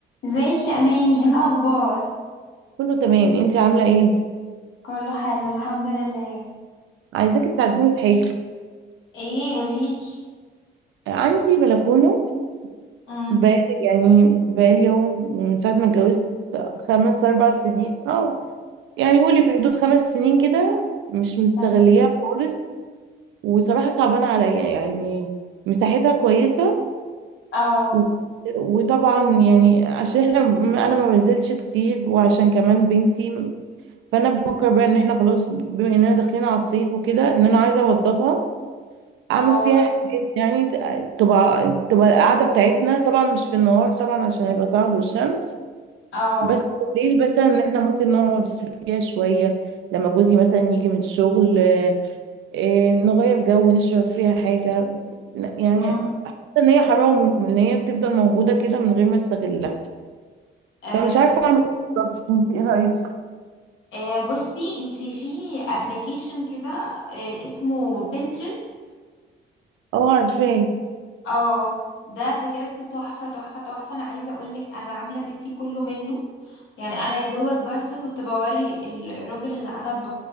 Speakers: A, on the left (about 75°); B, on the right (about 80°).
A: ازيك يا اماني ايه الاخبار
B: كله تمام انت عامله ايه
A: كله حلو الحمد لله
B: عايزاك تساعديني في حاجه
A: ايه قوليلي
B: عندي بلكونه
A: امم
B: بقالي يعني بقالي يوم من ساعه ما اتجوزت خمس اربع سنين اه يعني قولي في حدود خمس سنين كده مش مستغليها
A: <laughs>
B: خالص وصراحه صعبانه عليا يعني مساحتها كويسه
A: اه
B: و- وطبعا يعني عشان احنا انا ما بنزلش كتير وعشان كمان بنتي فانا بفكر بقى ان احنا خلاص بما اننا داخلين على الصيف وكده ان انا عايزه اوضبها اعمل
A: اه
B: فيها حاجات يعني ت- تبقى تبقى القعده بتاعتنا طبعا مش في النهار طبعا عشان هيبقى صعب والشمس
A: اه
B: بس بالليل مثلا ان احنا ممكن نقعد فيها شويه لما جوزي مثلا يجي من الشغل آه، آه، نغير جو نشرب فيها حاجه ن- يعني
A: أمم.
B: حاسه ان هي حرام ان هي بتفضل موجوده كده من غير ما استغلها
A: آه،
B: فمش
A: بس
B: عارفه اعمل إيه بالظبط انت ايه رايك
A: آه، بصي انتي في ابلكيشن كده آه، اسمه بنترست
B: اه عارفاه
A: اه ده بجد تحفة تحفة تحفة انا عايزة اقولك انا عاملة بيتي كله منه يعني انا يا دوبك بس كنت بوري الراجل اللي انا ب...